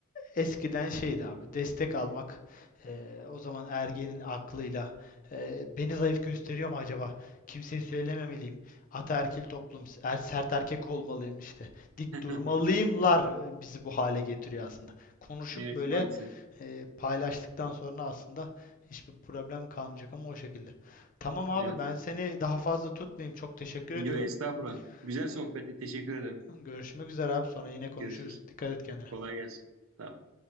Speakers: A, on the left; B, on the right.
A: Eskiden şeydi abi destek almak eee, o zaman ergenin aklıyla eee, beni zayıf gösteriyor mu acaba? Kimseye söylememeliyim. Ataerkil toplum er, sert erkek olmalıyım işte. Dik
B: <laughs>
A: durmalıyımlar bizi bu hale getiriyor aslında. Konuşup
B: Evet
A: böyle
B: maalesef.
A: eee, paylaştıktan sonra aslında hiçbir problem kalmayacak ama o şekilde. Tamam abi
B: Evet.
A: ben seni daha fazla tutmayayım. Çok teşekkür
B: Yo,
A: ediyorum.
B: estağfurullah. Güzel
A: Ay,
B: sohbetti. Teşekkür ederim.
A: Görüşmek üzere abi sonra yine konuşuruz.
B: Görüşürüz.
A: Dikkat et kendine.
B: Kolay gelsin. Sağ ol.